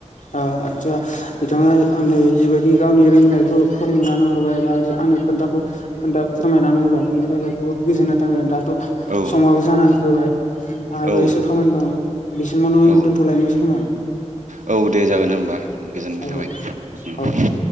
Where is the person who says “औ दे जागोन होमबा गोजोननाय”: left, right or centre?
Right